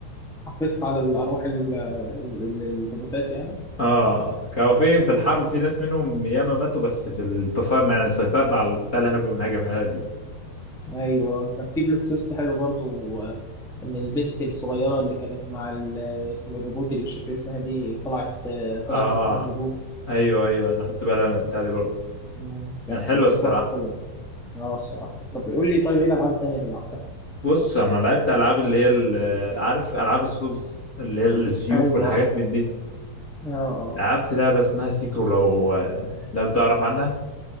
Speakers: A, in the centre; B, on the left (about 35°).
A: حفظت على الارواح ال- ال- الروبوتات يعني
B: اه كانوا في في الحرب في ناس منهم ياما ماتوا بس في ال- انتصرنا يعني سيطرنا على البتاع اللي احنا كنا بنهاجم عليها دي
A: ايوه كان في بلوت تويست حلو برضو آه، ان البنت الصغيره اللي كانت مع ال- اسم الروبوت اللي مش فاكر اسمها دي طلعت آه، طلعت
B: اه
A: هي كمان روبوت
B: ايوه ايوه انا خدت بالي من البتاع دي برضه
A: مم، كانت
B: يعني حلوه
A: كانت
B: الصراحه
A: لقطه حلوه اه الصراحه طب قول لي طيب ايه الالعاب التانيه اللي لعبتها
B: بص انا لعبت العاب اللي هي ال- عارف العاب السولز اللي هي السيوف
A: ايوه
B: والحاجات
A: اه
B: من دي
A: اه
B: لعبت لعبة اسمها سيكرو لو لو تعرف عنها